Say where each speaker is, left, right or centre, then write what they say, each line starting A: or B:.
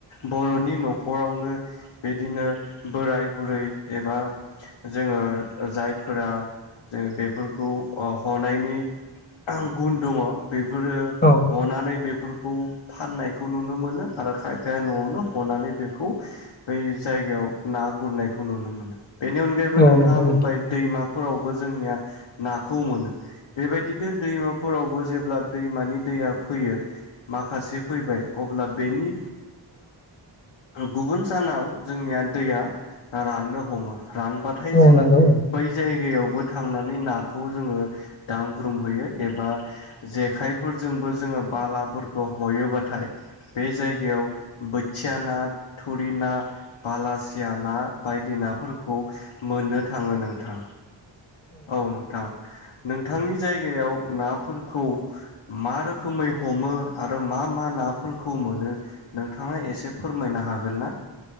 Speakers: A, on the left (about 85°); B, on the left (about 20°).
A: बर'नि न'खरावनो बिदिनो बोराय बुरै एबा जोङो जायफोरा बेफोरखौ हनायनि गुन दङ- बेफोरो
B: औ
A: हनानै बे- बेखौ फाननायखौ नुनो मोनो आरो खायफाया न'आवनो हनानै बेखौ बै जायगायाव ना गुरनायखौ नुनो मोनो। बेनि अनगायैबो
B: औ
A: नोंथाङा
B: नंगौ नोंथां
A: बुंबाय दैमा फोरावबो जोंनिया नाखौ मोनो बेबायदिनो दैमाफोरावबो जेब्ला दैमानि दैया फैयो माखासे फैबाय अब्ला बेनि गुबुन सानाव जोंनिया दैया राननो हमो। रानबाथाय
B: औ
A: जोङो
B: नंगौ
A: बै जायगायाव बो थांनानै नाखौ जोङो दांग्रोमहयो एबा जेखाइफोरजोंबो जोङो बालाफोरखौ हयोबाथाय बे जायगायाव बोथिया ना थुरि ना बालासिया ना बायदि नाफोरखौ मोननो थाङो नोंथां। औ नोंथां। नोंथांनि जायगायाव नाफोरखौ मा रोखोमै हमो आरो मा मा नाफोरखौ मोनो नोंथाङा एसे फोरमायनो हागोन हागोन ना?